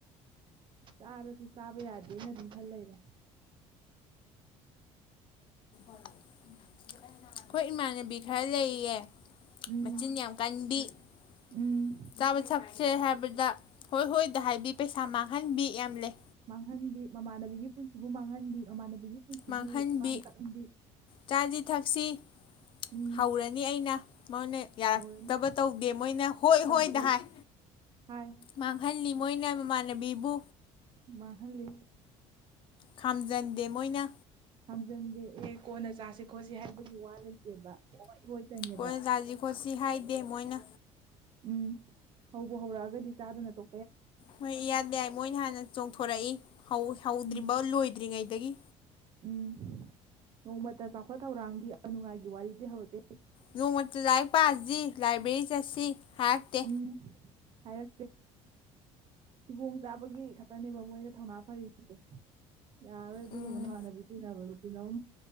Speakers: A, on the right; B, on the left.
A: ꯆꯥꯔꯁꯨ ꯆꯥꯕ ꯌꯥꯗꯦꯅꯗꯤꯝ ꯈꯜ ꯂꯩꯔꯦ
B: ꯑꯩꯈꯣꯏ ꯏꯃꯥꯟꯅꯕꯤ ꯈꯔ ꯂꯩꯌꯦ
A: ꯎꯝ
B: ꯃ ꯆꯤꯟ ꯌꯥꯝ ꯌꯥꯝ ꯀꯟꯕꯤꯕ
A: ꯎꯝ
B: ꯁꯁꯦ ꯍꯥꯏ ꯗ ꯍꯣꯏ ꯍꯣꯏꯗ ꯍꯥꯏꯕꯤ ꯄꯩꯁꯥ ꯃꯥꯡꯍꯟꯕꯤ ꯌꯥꯝ ꯂꯩ
A: ꯃꯥꯡꯍꯟꯕꯤ ꯃꯃꯥꯟꯅꯕꯤꯒꯤ ꯄꯨꯟꯁꯤꯕꯨ ꯃꯥꯡꯍꯟꯕꯤ ꯃꯃꯥꯟꯅꯕꯤ ꯒꯤ ꯄꯨꯟꯁꯤꯕꯨ
B: ꯃꯥꯡꯍꯟꯕꯤ
A: ꯃꯥꯡ ꯇꯥꯛꯍꯟꯕꯤ
B: ꯆꯥꯁꯤ ꯊꯛꯁꯤ
A: ꯎꯝ
B: ꯍꯧꯔꯅꯤ ꯑꯩꯅ ꯃꯣꯏꯅ ꯌꯥꯔꯛꯇꯕ
A: ꯍꯧꯔꯅꯤ
B: ꯇꯧꯗꯦ ꯃꯣꯏꯅ ꯍꯣꯏ
A: ꯇꯧꯗꯦ
B: ꯍꯣꯏ ꯍꯥꯏꯥꯏ
A: ꯍꯥꯏ
B: ꯃꯥꯡꯍꯜꯂꯤ ꯃꯣꯏꯅ ꯃꯃꯥꯟꯅꯕꯤꯕꯨ
A: ꯃꯥꯍꯂꯦ
B: ꯈꯥꯝꯖꯟꯗꯦ ꯃꯣꯏꯅ
A: ꯍꯥꯝꯆꯟꯗꯦ ꯑꯦꯦ ꯀꯣꯟꯅ ꯆꯥꯁꯤ ꯈꯠꯁꯤ ꯈꯣꯠꯁꯤ ꯍꯥꯏꯕꯒꯤ ꯋꯥ ꯂꯩꯇꯦꯕ ꯑꯣ ꯏꯍꯣꯏ ꯆꯅꯦꯕ
B: ꯀꯣꯏꯅ ꯆꯥꯁꯤ ꯈꯣꯠꯁꯤ ꯍꯥꯏꯗꯦ ꯃꯣꯏꯅ
A: ꯎꯝ ꯍꯧꯕ ꯍꯧꯔꯛꯑꯒꯗꯤ ꯆꯥꯗꯨꯅ ꯇ
B: ꯍꯣꯏ ꯌꯥꯗ ꯌꯥꯏ ꯃꯣꯏꯅ ꯍꯥꯟꯅ ꯆꯣꯡꯊꯣꯔꯛꯏ ꯍꯧꯗ꯭ꯔꯤꯐ
A: ꯎꯝ
B: ꯂꯣꯏꯗ꯭ꯔꯤꯉꯩꯗꯒꯤ
A: ꯎꯝ ꯅꯣꯡꯃꯇ ꯆꯥꯎꯈꯠ ꯊꯧꯔꯥꯡꯒꯤ ꯑꯅꯨꯡꯉꯥꯏꯒꯤ ꯋꯥꯔꯤꯗꯤ ꯍꯧꯔꯛꯛꯇꯦ
B: ꯅꯣꯡꯃꯇ ꯂꯥꯏꯔꯛ ꯄ ꯑꯁꯤ ꯂꯥꯏꯕ꯭ꯔꯦꯔꯤ ꯆꯠꯁꯤ ꯍꯥꯏꯔꯛꯇꯦ
A: ꯎꯝ ꯍꯥꯏꯔꯛꯇꯦ ꯐꯤꯕꯣꯡ ꯆꯥꯕꯒꯤ ꯈꯛꯇꯅꯦꯕ ꯃꯣꯏꯅ ꯊꯧꯅꯥ ꯐꯔꯤꯁꯦ ꯌꯥꯔꯣꯏ ꯑꯗꯨꯒꯨꯝꯕꯅ
B: ꯎꯝ
A: ꯍꯥꯟꯅꯗꯤ ꯇꯤꯟꯅꯕꯗꯨ ꯇꯤꯟꯅꯧꯨꯝ